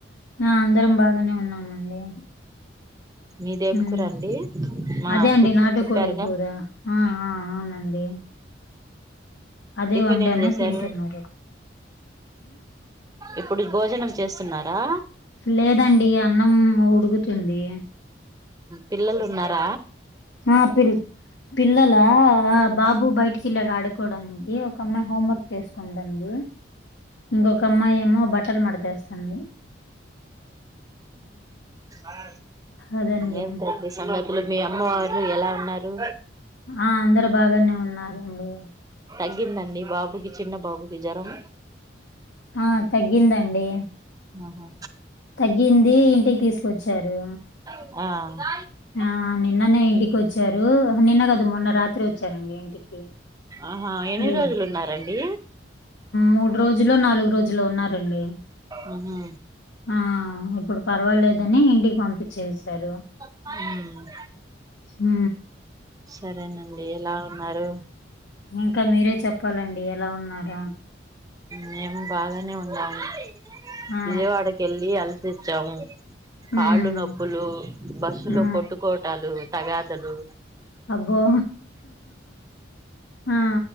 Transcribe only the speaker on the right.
మీదేం
కూరండి మా
అప్పులు
చెప్పారుగ
టిఫిన్
ఏం చేశారు
ఇప్పుడు భోజనం చేస్తున్నారా
పిల్లలు ఉన్నార
ఆ
ఏంటండీ సంగ మీ అమ్మవారు ఎలా ఉన్నారు
తగ్గిందా అండి బాబుకి చిన్న బాబుకి జ్వరం
ఆహా
ఆ
ఆహా ఎన్ని
రోజులు ఉన్నారండి
ఆహా
ఉ
సరేనండి ఎలా ఉన్నారు
మేం బాగానే ఉన్నాము
విజయ <unintelligible> <unintelligible>
కాళ్ళు నొప్పులు బస్సులో
కొట్టుకోటాలు తగాదలు